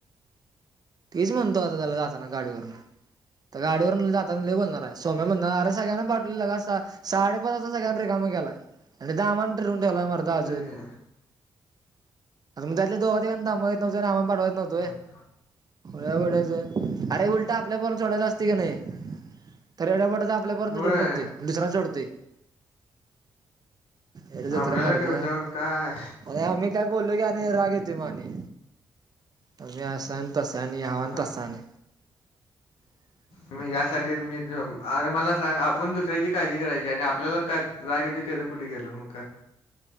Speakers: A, on the right; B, on the left.
A: तेच मनतो आता त्यला जाताना गाडीवरनं. आता गाडीवरनं जाताना लै बोलणार आए, सोम्या मननार अरे सगळ्यांना पाठलेलं लगा सा साडेपाच वास्ता सगळ्यांना रीकामं केलाय, आनी दामन धरून ठेवलाय मर्दा अजून.
B: तेच घे
A: त्या दोगा तिगांना थांबवाय येत नव्हतं आणि आमानां पाटवाय येत नव्हतं वय.
B: <unintelligible> हां.
A: खुळ्याबोड्याचं,, आरे उलटं आपल्या पोराना सोडायचं आस्तय का नई, तर येड्याबोड्याच आपल्या पोरांना
B: होय
A: धरून ठेवतय आणि दूसर्यानां सोडतय. येडजत्रा
B: आपल्याला
A: मर्दा,,
B: ठेवल्यावर काय
A: आणि आमी काय बोल्लो की आनी राग येतो म आनी, तुमि असान तसा आणि यावा
B: आप-
A: तसानं. <inaudible>
B: मी यासाटी मी, अरे मला सांग आपन दुसऱ्याची काळजी करायची, आनी आपल्याला काय राग एतय तेजं कुटं गेलं मग काय.